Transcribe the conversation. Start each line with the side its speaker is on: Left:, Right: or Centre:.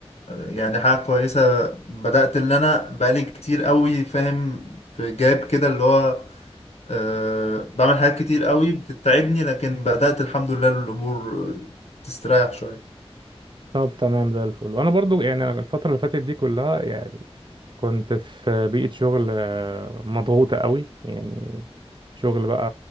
Left: يعني حاجة كويسة بدأت إن أنا بقالي كتير قوي فاهم في جاب كده اللي هو أه بعمل حاجات كتير قوي بتتعبني لكن بدأت الحمد لله الأمور تستريح شوية
Right: طب تمام زي الفل وانا برضو يعني أنا الفتره اللي فاتت دي كلها يعني كنت في بيئة شغل آه، مضغوطة قوي يعني شغل بقى